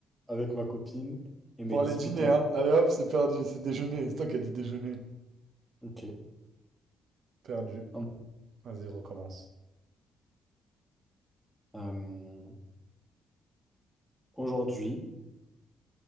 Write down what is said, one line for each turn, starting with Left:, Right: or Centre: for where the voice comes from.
Centre: avec ma copine et
Right: Pour
Centre: mes dix-huit
Right: aller dîner,
Centre: ans.
Right: hein. Allez hop, c'est perdu, c'est déjeuner. C'est toi qui as dit déjeuner.
Centre: Ok.
Right: Perdu.
Centre: Hum,
Right: Vas-y, recommence.
Centre: Euh, Aujourd'hui,